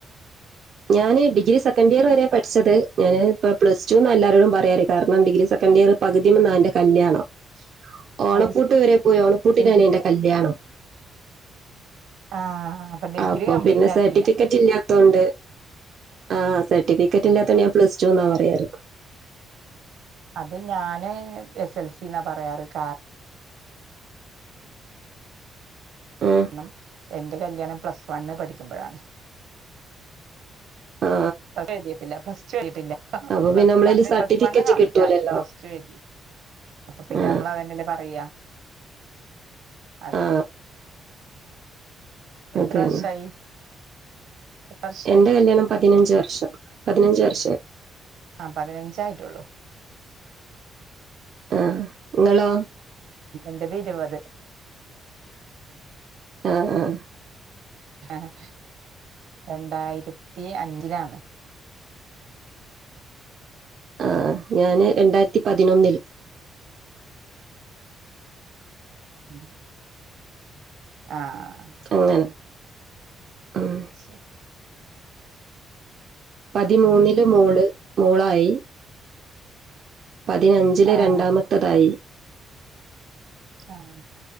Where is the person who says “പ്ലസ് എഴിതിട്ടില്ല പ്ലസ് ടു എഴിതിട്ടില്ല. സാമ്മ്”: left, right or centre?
Right